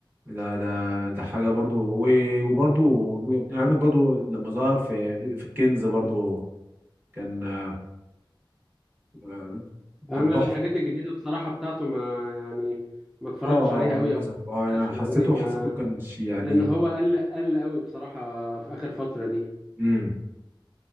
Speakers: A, on the right (about 25°); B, in the centre.
A: ده ده ده حاجه برضو و- وبرضو وابن عمك برضو لما ظهر في في الكنز برضو كان آه، آه،
B: انا
A: كان تحفة
B: الحاجات الجديدة بصراحة بتاعته ما يعني ما اتفرجتش
A: اه
B: عليها قوي
A: للأسف
B: او ما شفتهاش
A: اه يعني
B: لاني
A: حسيته
B: ما
A: حسيته كانش يعني
B: لان هو قل قل قوي بصراحه في اخر فتره دي
A: امم